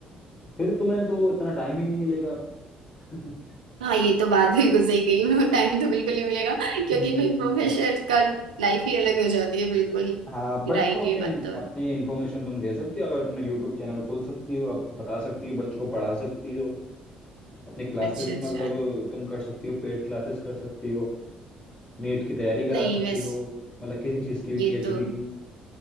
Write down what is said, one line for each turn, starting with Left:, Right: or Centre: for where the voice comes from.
Left: फिर तुम्हें तो इतना टाइम ही नहीं मिलेगा <laughs>
Right: हाँ ये तो बात बिल्कुल सही कही मेरे को टाइम तो बिल्कुल नहीं मिलेगा क्योंकि
Left: हम्म
Right: भाई प्रोफेसर का लाइफ ही अलग हो जाती है बिल्कुल
Left: हाँ बट
Right: राइट
Left: तुम अपने
Right: ये बात तो
Left: अपनी इंफॉर्मेशन तुम दे सकती हो अगर अपना यूट्यूब चैनल खोल सकती हो आप बता सकती हो बच्चों को पढ़ा सकती हो अपनी क्लासेस
Right: अच्छा अच्छा
Left: मतलब तुम कर सकती हो पेड क्लासेस कर सकती हो नेट की तैयारी करा
Right: नहीं
Left: सकती
Right: वैसे
Left: हो मतलब किसी चीज़ की भी
Right: ये
Left: पीएचडी
Right: तो
Left: की